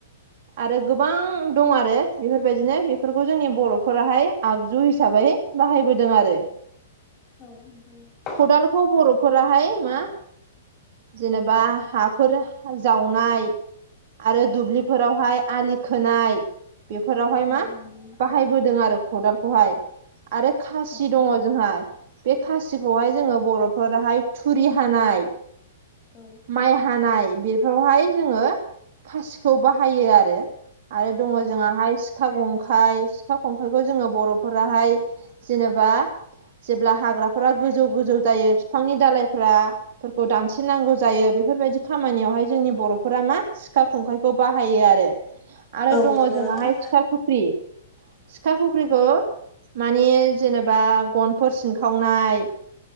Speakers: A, on the right; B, on the left.
A: आरो गोबां दं आरो बेफोरबायदिनो बेफोरखौ जोंनि बर'फोराहाय आगजु हिसाबै बाहायबोदों आरो।
B: औ। <unintelligible>
A: खदालखौ बर'फोराहाय मा जेनेबा हाफोर जावनाय आरो दुब्लि फोरावहाय आलि खोनाय बेफोरावहाय
B: औ नोंथां औ
A: मा
B: नंगौ नोंथां
A: बाहाय बोदों आरो खदालखौहाय आरो खासि
B: औ
A: दङ' जोंहा बे खासिखौहाय जोङो बर'फोराहाय थुरि हानाय
B: औ
A: माइ हानाय बेफोरावहाय जोङो खासि खौ बाहायो आरो आरो दङ' जोंहाहाय सिखा गं खाय सिखा खंखाइखौ जोङो बर'फोराहाय जेनेबा जेब्ला हाग्राफोरा गोजौ गोजौ जायो बिफांनि दालायफ्रा फोरखौ दानस्रिनांगौ जायो बेफोरबायदि खामानियावहाय जोंनि बर'फोरा मा सिखा खंखाय खौ बाहायो आरो आरो
B: औ
A: दङ'
B: नंगौ
A: जोंहाहाय
B: नोंथां
A: सिखा खुख्रि सिखा खुख्रिखौ माने जेनेबा गनफोर सिनखावनाय